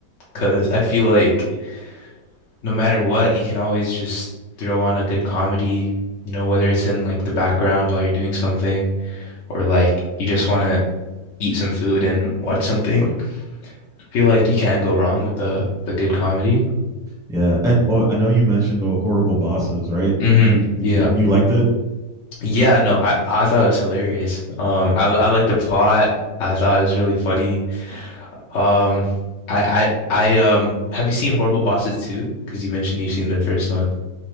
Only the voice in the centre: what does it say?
yeah. I, oh, I know you mentioned the horrible bosses, right?
You
did you you liked it?